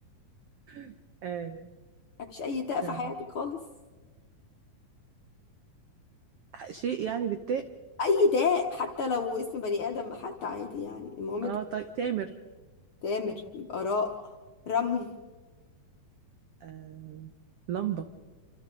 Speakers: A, on the right; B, on the left.
A: <laughs> آه،
B: مفيش اي تاء
A: ت-
B: في حياتك خالص
A: شيء يعني بالتاء
B: اي داء حتى لو اسم بني ادم حتى عادي يعني المهم
A: اه
B: انت
A: طي... تامر
B: تامر يبقى راء رمل
A: آه... لمبة